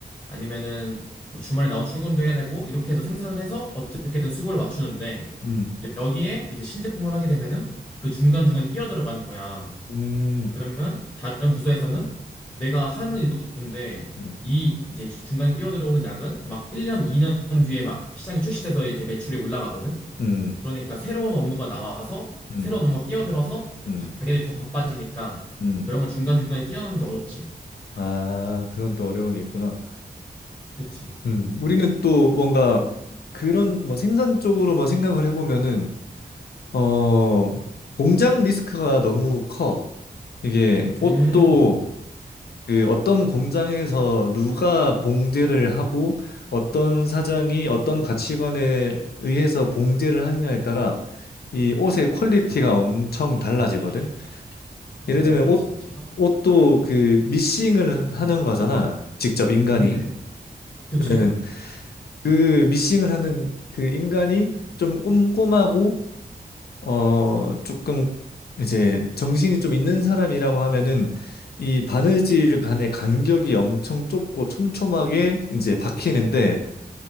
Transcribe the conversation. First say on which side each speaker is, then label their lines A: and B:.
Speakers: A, on the left; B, on the left.
A: 아니면은 뭐 주말에 나와 출근도 해야 되고 이렇게 해서 생산을 해서 어떻게든 수급을 맞추는데
B: 음,
A: 여기에 이제 신제품을 하게 되면은 그 중간중간에 끼어 들어가는 거야.
B: 음,
A: 그러면 다른 부서에서는 내가 하는 일도 바쁜데
B: 음,
A: 이 이제 중간에 끼어 들어오는 약은 막 1년, 2년 뒤에 막 시장이 출시돼서 이제 매출이 올라가거든.
B: 음,
A: 그러니까 새로운 업무가 나와서
B: 음,
A: 새로운 업무가 끼어들어서
B: 음,
A: 자기들이 더 바빠지니까
B: 음.
A: 그런 걸 중간중간에 끼어넣는 게 어렵지.
B: 아, 그런 또 어려움이 있구나.
A: 그치?
B: 음, 우리는 또 뭔가 그런 뭐 생산 쪽으로 뭐 생각을 해보면은, 어, 공장 리스크가 너무 커. 이게
A: 음.
B: 옷도 그 어떤 공장에서 누가 봉제를 하고 어떤 사장이 어떤 가치관에 의해서 봉제를 하느냐에 따라 이 옷의 퀄리티가 엄청 달라지거든.
A: 아,
B: 예를 들면 옷
A: 진짜?
B: 옷도 그 미싱을 하는 거잖아. 직접 인간이.
A: 음. 음. 그치?
B: 그러면은 그 미싱을 하는 그 인간이 좀 꼼꼼하고 어, 조금 이제 정신이 좀 있는 사람이라고 하면은 이 바느질 간의 간격이 엄청 좁고 촘촘하게 이제 박히는데